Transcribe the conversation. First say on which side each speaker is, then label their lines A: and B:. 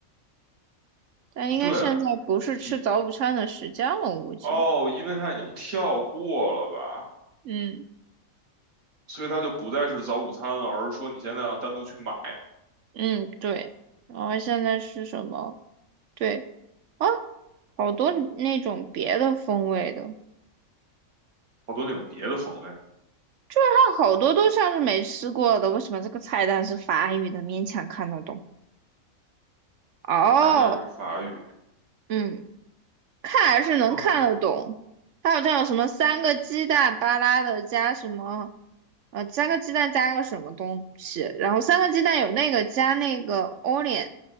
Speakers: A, on the right; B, on the right.
A: 但应该现在不是吃早午餐的时间了，
B: 对，你
A: 我估计。
B: 哦，因为它已经跳过了吧，
A: 嗯
B: 所以它就不再是早午餐了，而是说你现在要单独去买
A: 嗯，对。然后现在是什么？对啊，好多那种别的风味的，
B: 好多那种别的风味
A: 就是它好多都像是没吃过的。为什么这个菜单是法语的，勉强看得懂？哦，
B: 菜单是法语。
A: 嗯。看还是能看得懂。
B: <laughs>
A: 它好像有什么三个鸡蛋巴拉的加什么，呃，三个鸡蛋加个什么东西，然后三个鸡蛋有那个加那个 onion，